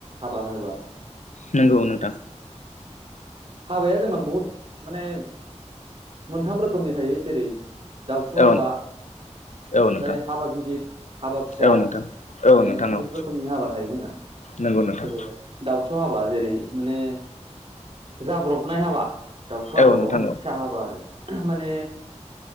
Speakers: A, on the right (about 55°); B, on the left (about 75°).
A: हाबा होनोबा
B: नंगौ नोंथां।
A: हाबाया जोंना बहुद माने मोनथाम रोखोमनि थायो। जेरै दाउथु
B: औ
A: हाबा ओमफ्राय
B: औ नोंथां
A: हाबा गिदिर हाबा फिसा
B: औ नोंथां औ
A: माने
B: नोंथां
A: बहुद
B: औ
A: रोखोमनि हाबा थायो जोंना।
B: नंगौ नोंथां
A: सोलोंनो <unintelligible> हाबा जेरै माने जाब्रबनाय हाबा। दाउथु हाबाबा
B: औ नोंथां
A: फिसा
B: औ
A: हाबा आरो माने